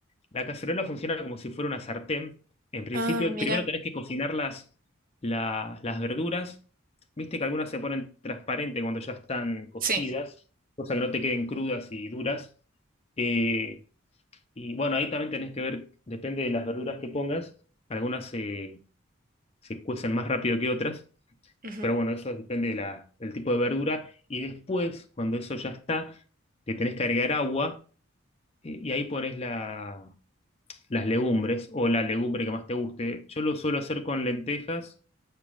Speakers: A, on the left; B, on the right.
A: la cacerola funciona como si fuera una sartén. En principio,
B: Ah, mira.
A: primero tenés que cocinar las, la- las verduras. Viste que algunas se ponen transparente cuando ya están cocidas,
B: Sí.
A: cosa que no te queden crudas y duras. Eh, y bueno, ahí también tenés que ver, depende de las verduras que pongas, algunas se, se cuecen más rápido que otras,
B: ujú.
A: pero bueno, eso depende de la- del tipo de verdura. Y después, cuando eso ya está, le tenés que agregar agua eh, y ahí pones la, las legumbres o la legumbre que más te guste. Yo lo suelo hacer con lentejas